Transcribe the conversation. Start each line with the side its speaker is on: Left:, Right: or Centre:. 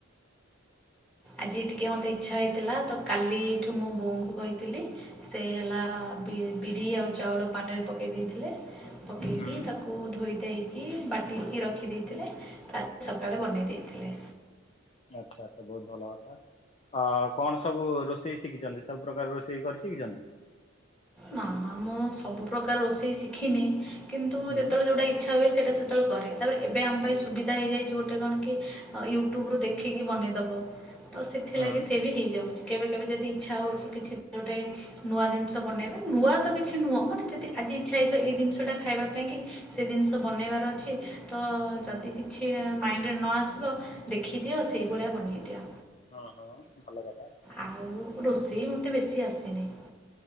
Centre: ଆଜି ଟିକେ ମୋତେ ଇଚ୍ଛା ହେଇଥିଲା ତ କାଲିଠୁ ମୋ ବୋଉଙ୍କୁ କହିଥିଲି ସେ ହେଲା ବିରି ଆଉ ଚାଉଳ ପାଣିରେ ପକେଇ ଦେଇଥିଲେ ପକେଇକି
Left: ହୁଁ
Centre: ତାକୁ କୁ ଧୋଇ ଦେଇକି ବାଟିକି ରଖିଦେଇଥିଲେ ତା ସକାଳେ ବନେଇ ଦେଇଥିଲେ।
Left: ଆଚ୍ଛା ଆଚ୍ଛା ବହୁତ ଭଲ କଥା। ଅ କଣ ସବୁ ରୋଷେଇ ଶିଖିଛନ୍ତି? ସବୁ ପ୍ରକାର ରୋଷେଇ କରି ଶିଖିଛନ୍ତି?
Centre: ନା ନା ମୁଁ ସବୁପ୍ରକାର ରୋଷେଇ ଶିଖିନି କିନ୍ତୁ
Left: ହୁଁ
Centre: ଯେତେବେଳେ ଜଉଟା ଇଚ୍ଛା ହୁଏ ସେଇଟା ସେତେବେଳେ କରେ ତାପରେ ଏବେ ଆମ ପାଇଁ ସୁବିଧା ହେଇଯାଇଛି ଗୋଟେ କଣ କି ୟୁଟ୍ୟୁବ୍ ରୁ ଦେଖ ଖିକି ବନେଇଦବ। ତ ସେଥିଲାଗି
Left: ହୁଁ
Centre: ସେ ବି ହେଇଯାଉଛି କେବେ କେବେ ଯଦି ଇଚ୍ଛା ହେଉଛି କିଛି ଗୋଟେ ନୂଆ ଜିନିଷ ବନାଇବେ ନୂଆ ତ କିଛି ନୁହଁ ମାନେ ଯଦି ଆଜି ଇଚ୍ଛା ହତ ଏ ଜିନଷଟା ଖାଇବା ପାଇଁ କି ସେ ଜିନିଷ ବନେଇବାର ଅଛି ତ ଯଦି କିଛି ମାଇଣ୍ଡରେ ନ ଆସିବ ଦେଖିଦିଅ ସେଇଭଳିଆ ବନେଇ ଦିଅ।
Left: ହଁ ହଁ ଭଲ କଥା।
Centre: ଆଉ ରୋଷେଇ ମୋତେ ବେଶୀ ଆସିନି।